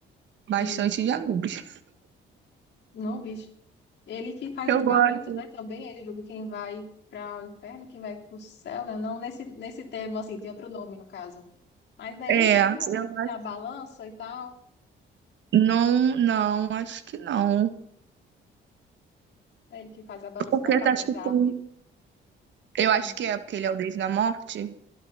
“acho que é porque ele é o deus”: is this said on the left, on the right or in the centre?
Right